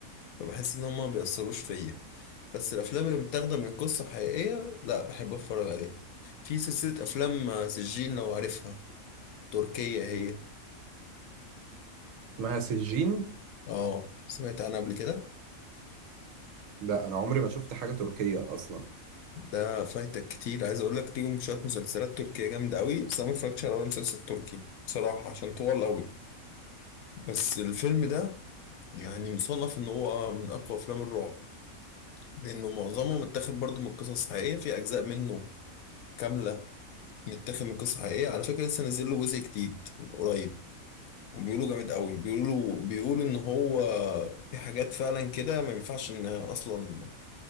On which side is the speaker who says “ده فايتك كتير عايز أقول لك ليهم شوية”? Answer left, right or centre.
Left